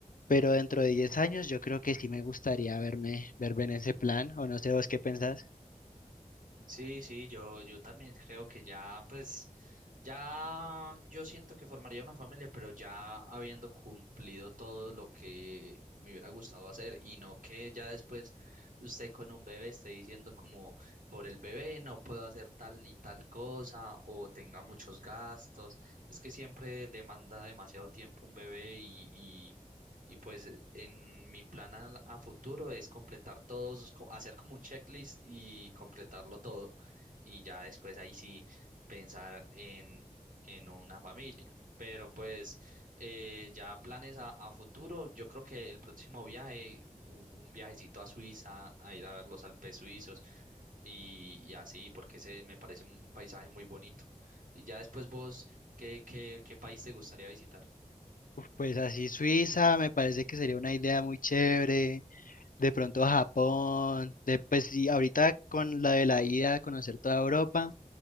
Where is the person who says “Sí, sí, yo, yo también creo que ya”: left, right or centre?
Right